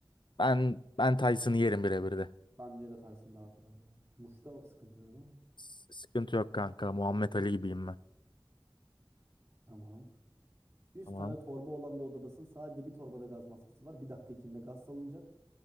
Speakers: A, on the left; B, on the right.
A: Ben ben Tyson'ı yerim birebir de.
B: Bence de Tyson daha kolay ya. Muşta sıkıntı değil mi?
A: S- Sıkıntı yok kanka. Muhammed Ali gibiyim ben.
B: Tamam. 100
A: Tamam.
B: tane torba olan bir odadasın. Sadece bir torbada gaz maskesi var. Bir dakika içinde gaz salınacak.